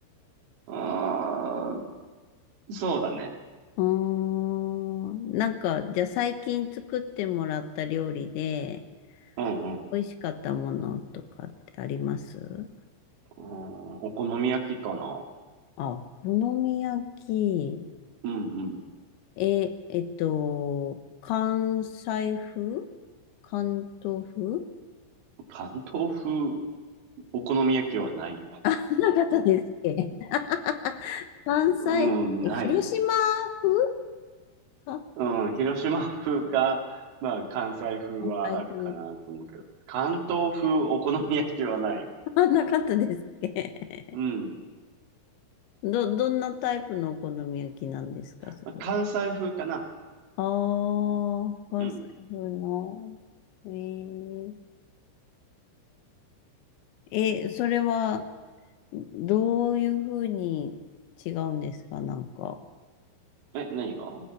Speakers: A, on the right; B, on the left.
A: あー、そうだね。
B: うーん。なんか、じゃあ最近作ってもらった料理で、
A: うんうん。う
B: 美味しかったものとかってあります
A: ん、お好み焼きかな。
B: あ、お好み焼き。
A: うんうん。
B: え、えっと、関西風関東風
A: 関東風お好み焼きはないよ。
B: なかな方ですっけ <laughs> 関西風、
A: うん、
B: え広島
A: ない。
B: 風か
A: うん、広島風か、まあ関西風はあるかなと思うけど、
B: 関西風。
A: 関東風お好み焼きはないよ。
B: あなかったですっけ
A: うん。
B: ど、どんなタイプのお好み焼きなんですかそれは。
A: まあ関西風かな。
B: ああ、関西風の。
A: うん。
B: えーえ、それは、どういうふうに違うんですかなんか、
A: え、何が